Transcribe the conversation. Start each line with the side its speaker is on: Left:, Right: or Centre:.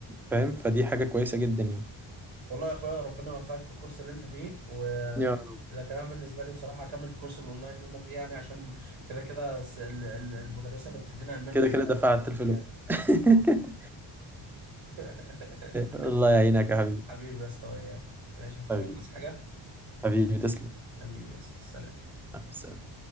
Centre: فاهم فدي حاجه كويسه جدا يعني
Right: والله يا اخويا ربنا يوفقك في الكورس اللي انت فيه و
Centre: يا رب.
Right: ده كمان بالنسبه لي بصراحه هكمل في كورس الاونلاين اللي انا فيه يعني عشان كده كده الس- ال- ال- المدرسه اللي بتدينا الماني
Centre: كده
Right: بعيد
Centre: كده
Right: قوي
Centre: دفعت
Right: عن بيتي
Centre: الفلوس
Right: يعني
Centre: <laughs>
Right: <laughs>
Centre: الله يعينك يا حبيبي
Right: حبيبي يا اسطى وياك ماشي يا اخويا
Centre: حبيبي
Right: تصحى حاجه
Centre: حبيبي تسلم
Right: حبيبي يا اسطى سلام
Centre: مع السلامة.